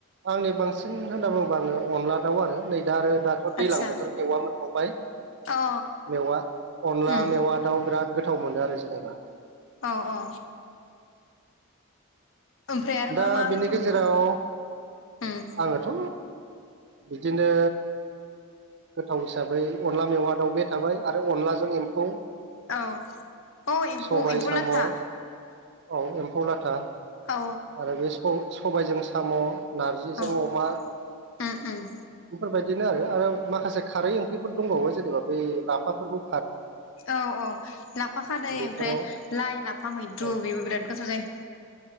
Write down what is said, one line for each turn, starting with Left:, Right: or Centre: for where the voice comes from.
Right: आंनि बांसिन होनना बुङोबा आङो अनला दाउ आरो नै आरो दाथ' दैज्लां
Left: आदसा
Right: बोथोर मेवा मोनबावबाय।
Left: औ
Right: मेवा अनला
Left: उम
Right: मेवा दाउ बिराद गोथाव मोनो आरो जेनेबा।
Left: औ औ। ओमफ्राय आरो
Right: दा
Left: मा मा
Right: बिनि
Left: गोथाव
Right: गेजेराव
Left: मोनबावो उम
Right: आङोथ' बिदिनो गोथाव हिसाबै अनला मेवा दाउबाय थाबाय आरो अनलाजों एम्फौ
Left: औ औ एम्फौ
Right: सबाय
Left: एम्फौ
Right: साम'
Left: लाथा
Right: औ फौ लाथा
Left: औ
Right: आरो बे स-सबायजों साम' नारजिजों
Left: औ
Right: अमा
Left: उम उम
Right: बेफोरबायदिनो आरो आरो माखासे खारै ओंख्रिफोर दंबावो जेनेबा बे लाफाफोरनि
Left: औ औ लाफा खारै
Right: बेफोराव
Left: ओमफ्राय लाइ लाफा मैद्रु
Right: औ
Left: बेबो बिराद गोथाव जायो।